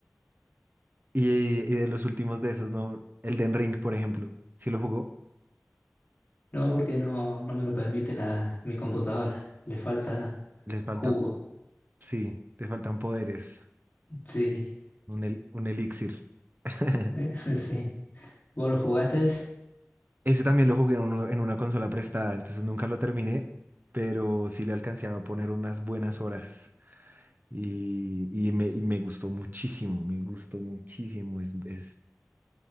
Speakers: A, on the right; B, on the left.
A: Y, y de los últimos de esos, ¿no? El Den Ring, por ejemplo. Si lo jugó,
B: No, porque no, no me lo permite la, mi computadora. Le falta
A: le falta,
B: jugo.
A: sí, te faltan poderes.
B: Sí,
A: Un, el- un elixir. <laughs>
B: <laughs> sí. ¿Vos lo jugaste? ese?
A: Ese también lo jugué en, uno- en una consola prestada, entonces nunca lo terminé, pero sí le alcancé a poner unas buenas horas. Y, y me, y me gustó muchísimo, me gustó muchísimo, es, es